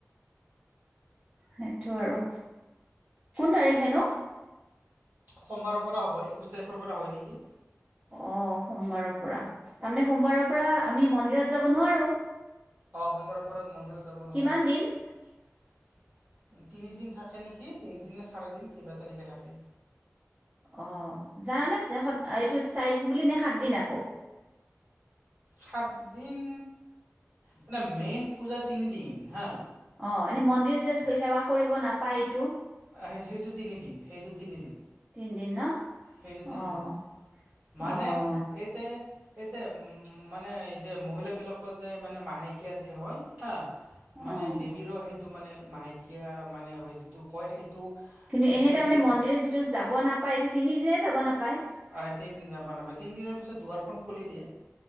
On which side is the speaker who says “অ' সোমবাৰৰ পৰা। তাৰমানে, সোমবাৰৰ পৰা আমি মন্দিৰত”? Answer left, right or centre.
Right